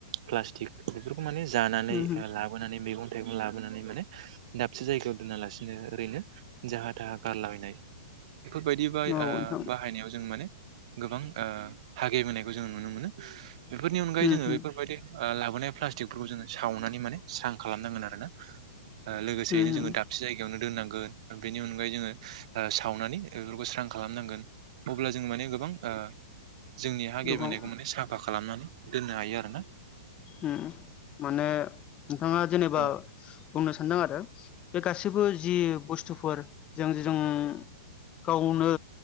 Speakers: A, on the right; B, on the left.
A: प्लास्तिक बेफोर माने जानानै
B: उम
A: लाबोनानै मैगं थाइगं लाबोनानै माने दाबसे जायगायाव दोना लासिनो ओरैनो जाहा थाहा गारलाबायनाय बेफोरबायदि
B: उम
A: बा
B: औ नोंथां
A: बाहायनायाव जों माने गोबां हा गेब्रेंनायखौ जो नुनो मोनो बेफोरनि अनगायै
B: उम
A: जोङो
B: उम
A: बेफोरबायदि लाबोनाय प्लास्टिकफोरखौ जोङो सावनानै माने स्रां खालामनांगोन आरो ना लोगोसेयैनो
B: उम
A: जोङो
B: उम
A: दाबसे जायगायावनो दोन्नांगोन बेनि अनगायै जोङो सावनानै बेफोरखौ स्रां खालामनांगोन अब्ला जों माने गोबां ओ जोंनि हा
B: गोबां
A: गेब्रेंनायखौ माने साफा खालामनानै दोननो हायो आरो ना
B: उम माने नोंथाङा जेनेबा
A: औ
B: बुंनो सानदों आरो बे गासैबो जि बुस्थुफोर जों जों गावनो